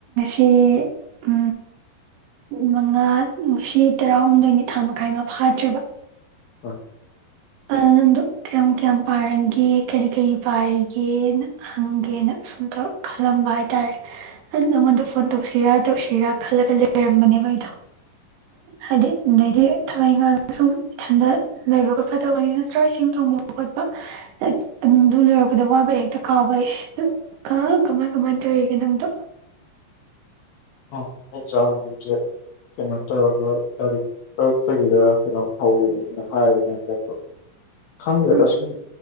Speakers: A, on the right; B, on the left.
A: ꯁꯤ ꯑ ꯃꯉꯥ ꯉꯁꯤ ꯇꯔꯥꯍꯨꯝꯗꯣꯏꯅꯤ ꯊꯥ ꯃꯈꯥꯏ ꯃ ꯐꯥꯗ꯭ꯔꯦꯕ
B: ꯍ
A: ꯑ ꯀ ꯀꯌꯥꯝ ꯄꯥꯔꯝꯒꯦ ꯀꯔꯤ ꯀꯔꯤ ꯄꯥꯏꯔꯤꯒꯦꯅ ꯍꯪꯒꯦꯅ ꯁꯨꯝ ꯇꯧ ꯈꯜꯂꯝꯕ ꯍꯥꯏ ꯇꯔꯦ ꯅꯉꯣꯟꯗ ꯐꯣꯟ ꯇꯧꯁꯤꯔ ꯇꯧꯁꯤꯔꯥ ꯈꯜꯂꯒ ꯂꯩꯔꯝꯕꯅꯦꯕ ꯑꯩꯗꯣ ꯍꯥꯏꯗꯤ ꯑꯗꯩꯗꯤ ꯊꯋꯥꯏ ꯏꯈꯥꯡ ꯁꯨꯝ ꯏꯊꯟꯗ ꯂꯩꯕꯣ ꯐꯠꯇꯕꯒꯤ ꯆꯥꯛ ꯏꯁꯤꯡ ꯊꯣꯡꯕ ꯈꯣꯠꯄ ꯑꯗꯨ ꯑꯗꯨ ꯂꯣꯏꯔꯛꯄꯗ ꯋꯥꯕ ꯍꯦꯛꯇ ꯀꯥꯎꯕꯩ ꯀ ꯀꯃꯥꯏ ꯀꯃꯥꯏ ꯇꯦ ꯍꯒ ꯅꯪꯗꯨ
B: ꯑ ꯑꯦꯛꯖꯥꯝ ꯀꯩꯅꯣ ꯇꯧꯔꯒ ꯇꯥꯔꯤꯛ ꯇꯔꯨꯛꯇꯒꯤꯗ ꯀꯩꯅꯣꯝ ꯍꯧꯒꯅꯤꯅ ꯍꯥꯏꯕꯅꯦ ꯍꯟꯗꯛ ꯈꯪꯗꯦ
A: ꯎꯝ
B: ꯇꯁꯨꯃꯤ